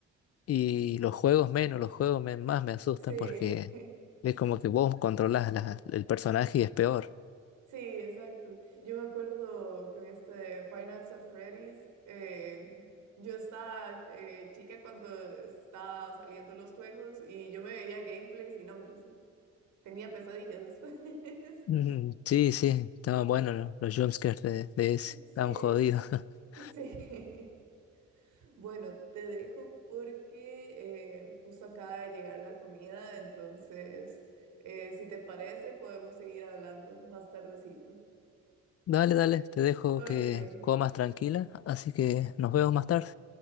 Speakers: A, on the left; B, on the right.
A: Y los juegos menos, los juegos me- más me asustan
B: Sí,
A: porque
B: <laughs>
A: es como que vos controlás la- el personaje y es peor.
B: sí, exacto. Yo me acuerdo con este Five Nights at Freddy's, eh, yo estaba eh, chica cuando estaba saliendo los juegos y yo me veía gameplays y nombres. Tenía pesadillas después. <laughs>
A: Mm, sí, sí, estaban buenos lo- los jumpscares de, de ese,
B: Sí,
A: estaban jodidos. <laughs>
B: sí. <laughs> Bueno, te dejo porque eh, justo acaba de llegar la comida, entonces, eh, si te parece, podemos seguir hablando más tardecito.
A: Dale, dale, te dejo
B: Ok,
A: que comas tranquila, así que nos vemos más tarde.